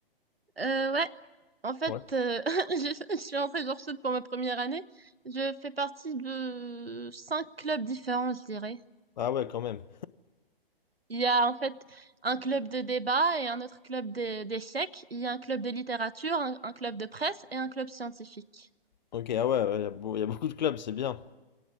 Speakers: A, on the right (about 80°); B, on the left (about 50°).
A: Euh, ouais. En fait,
B: Ouais.
A: euh, <laughs> je, je suis en Sèche sud pour ma première année. Je fais partie de cinq clubs différents, je dirais.
B: Ah ouais, quand même.
A: Il y a en fait un club de débat et un autre club de- d'échecs. Il y a un club de littérature, un un club de presse et un club scientifique.
B: Ok, ah ouais, il y a beau- y a beaucoup de clubs, c'est bien,